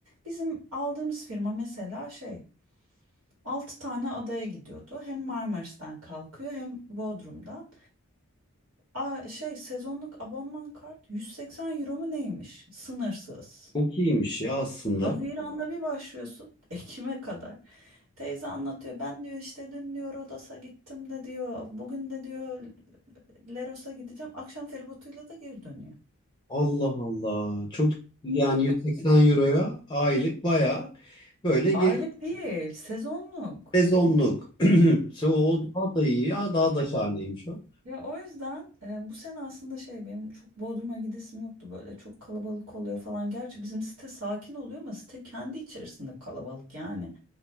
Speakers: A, on the right; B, on the left.
A: Bizim aldığımız firma mesela şey 6 tane adaya gidiyordu. Hem Marmaris'ten kalkıyor hem Bodrum'dan. Aa, şey sezonluk abonman kart 180 euro mu neymiş? Sınırsız.
B: çok iyiymiş ya aslında.
A: Haziran'da bir başlıyorsun. <laughs> Ekim'e kadar. Teyze anlatıyor. Ben diyor işte dün diyor Rodos'a gittim de diyor. Bugün de diyor Leros'a gideceğim. Akşam feribotuyla da geri dönüyor.
B: Allah Allah. Çok iyi. yani 180 euroya aylık baya böyle ge-
A: Aylık değil, sezonluk.
B: sezonluk. <clears throat> So, o daha da iyi ya daha da şahaneymiş o.
A: Ya o yüzden e, bu sene aslında şey benim çok Bodrum'a gidesim yoktu böyle çok kalabalık oluyor falan. Gerçi bizim site sakin oluyor ama site kendi içerisinde kalabalık yani.